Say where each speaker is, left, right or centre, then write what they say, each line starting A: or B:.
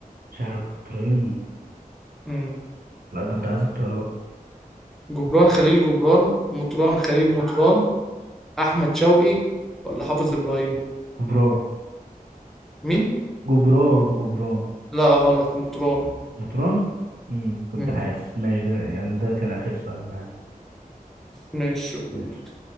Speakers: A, on the right; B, in the centre.
A: شهر القطرين
B: مم.
A: لا ده انت عايز اختيارات
B: جبران خليل جبران مطران خليل مطران احمد شوقي ولا حافظ ابراهيم
A: جبران
B: مين
A: جبران جبران
B: لا غلط مطران
A: مطران امم كنت
B: مم.
A: حاسس ماشي ده يعني ده كان اخر سؤال معايا
B: ماشي شكرا
A: ماشي
B: ليك.